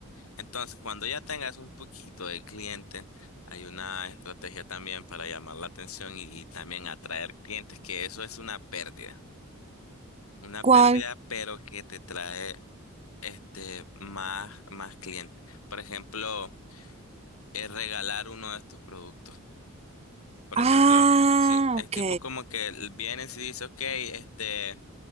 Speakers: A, on the left (about 80°); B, on the right (about 30°).
A: Entonces, cuando ya tengas un poquito de cliente, hay una estrategia también para llamar la atención y, y también atraer clientes, que eso es una pérdida. Una
B: ¿Cuál?
A: pérdida, pero que te trae este más, más clientes. Por ejemplo, es regalar uno de tus productos. Por
B: Ah,
A: ejemplo, sí, es
B: ok.
A: tipo como que l- vienes y dices, ok, este,